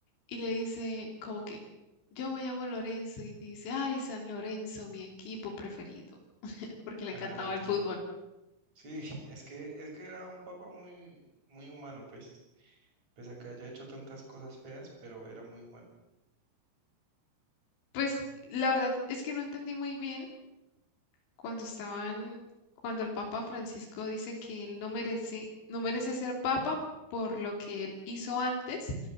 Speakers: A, on the left; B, on the right.
A: Y le dice como que yo me llamo Lorenzo y dice, ay, San Lorenzo, mi equipo preferido, porque le
B: Ah,
A: encantaba el
B: ya.
A: fútbol.
B: Sí, <laughs> es que, es que era un papá muy, muy humano, pues. Pese a que haya hecho tantas cosas feas, pero era muy humano.
A: Pues la verdad es que no entendí muy bien cuando estaban, cuando el Papa Francisco dice que él no merece, no merece ser papa por lo que él hizo antes,